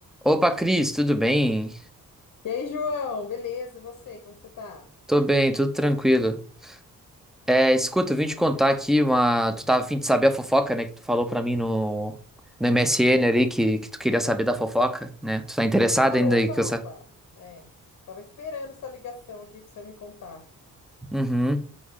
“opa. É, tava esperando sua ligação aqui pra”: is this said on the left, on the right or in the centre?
Left